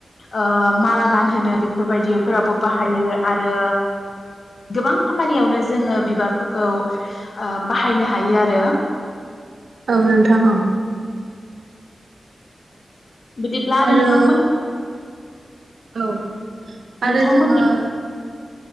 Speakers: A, on the left (about 70°); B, on the right (about 80°).
A: ओ माला गानहोनो बेफोरबायदि फोरावबो बाहायो आरो गोबां खामानियावनो जोङो बिबारफोरखौ ओ बाहायनो हायो आरो
B: औ नोंथां औ।
A: बिदिब्ला
B: आरो
A: नोंथांमोन
B: औ आरो
A: नोंथांमोननि
B: जोङो